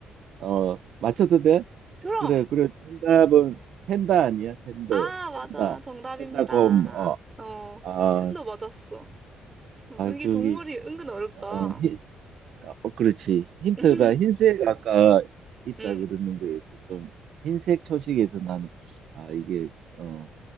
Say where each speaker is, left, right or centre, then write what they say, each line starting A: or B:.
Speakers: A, on the right; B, on the right.
A: 어 맞춰도 돼?
B: 그럼.
A: 그래 그래 정답은 텐다 아니야? 텐더
B: 아, 맞아.
A: 텐다
B: 정답입니다.
A: 텐다곰
B: 어,
A: 어아아
B: 팬도 맞았어. 어, 이게
A: 거기
B: 동물이 은근 어렵다.
A: 어, 히- 어 그렇지 힌트가
B: <laughs>
A: 흰색 아까 있다
B: 음,
A: 그러는 거에서 좀 흰색 초식에서 나는 아 이게 어,